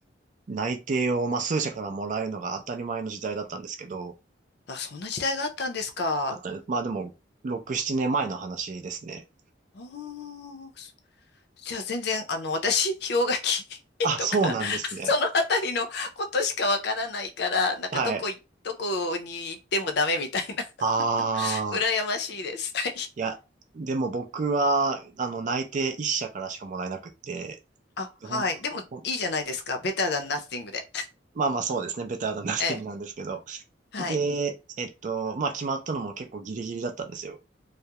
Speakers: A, on the right; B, on the left.
A: 内定を、まあ、数社からもらえるのが当たり前の時代だったんですけど、
B: あ、そんな時代があったんですか。
A: あったまあ、でも、6、7年前の話ですね。
B: おー、じゃあ全然、あの、私、氷河期 <laughs>
A: あ、
B: とか、
A: そうなんですね。
B: <laughs> そのあたりのことしかわからないから、なんかどこい、
A: <laughs> はい。
B: どこに行ってもダメみたいな、
A: ああ、
B: <laughs> 羨ましいです。はい。
A: いや、でも僕は、あの、内定1社からしかもらえなくって、
B: あ、
A: ほんほん
B: はい。でも、いいじゃないですか。ベターダンナッシングで。
A: まあまあそうですね。ベターなナッティングなんですけど。
B: <laughs> ええ、はい。
A: で、えっと、まあ決まったのも結構ギリギリだったんですよ。